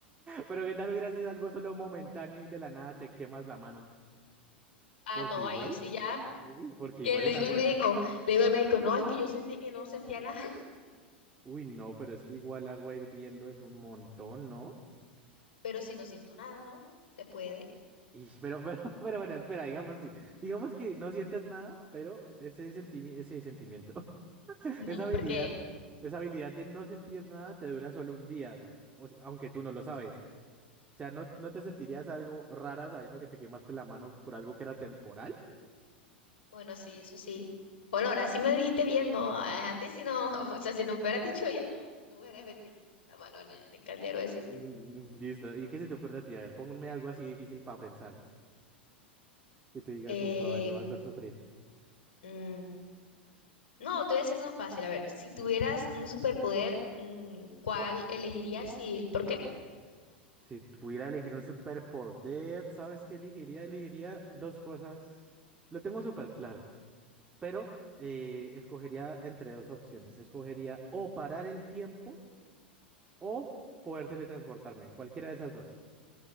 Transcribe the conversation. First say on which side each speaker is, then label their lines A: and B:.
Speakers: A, on the right; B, on the left.
A: Pero ¿qué tal hubiera sido algo solo momentáneo y de la nada te quemas la mano?
B: Ah,
A: Porque
B: no,
A: igual,
B: ahí sí ya
A: uy, porque
B: Que
A: igual
B: le
A: en
B: digo
A: agua.
B: al médico, le digo al médico, no, es que yo sentí que no sentía nada, <laughs>
A: Uy, no, pero es que igual agua hirviendo es un montón, ¿no?
B: pero si no siento nada, ¿no? Se puede.
A: Y, pero, pero, <laughs> pero bueno, espera, digamos, sí. Digamos que no sientes nada, pero ese sentimi- ese sentimiento, <laughs>
B: No,
A: esa habilidad,
B: porque,
A: esa habilidad de no sentir nada te dura solo un día, o sea, aunque tú no lo sabes. O sea, ¿no, no te sentirías algo rara sabiendo que te quemaste la mano por algo que era temporal? <laughs>
B: bueno, sí, eso sí. Bueno, ahora sí me dijiste bien, ¿no? Ah, Antes si no, <laughs> o sea, si no me hubieras dicho bien, no, no me hubieras metido la mano en el caldero de decir bien.
A: Mm, Listo. ¿Y qué se te ocurre a ti? A ver, ponme algo así difícil para pensar. Que tú digas,
B: Eh,
A: uff, a ver, lo va a hacer sufrir.
B: mm, no, te voy a decir una fácil. A ver, si tuvieras un superpoder, mm, ¿cuál elegirías y el por qué?
A: Si pudiera elegir un superpoder, ¿sabes qué elegiría? Elegiría dos cosas. Lo tengo súper claro, pero eh, escogería entre dos opciones. Escogería o parar el tiempo o poder teletransportarme, cualquiera de esas dos.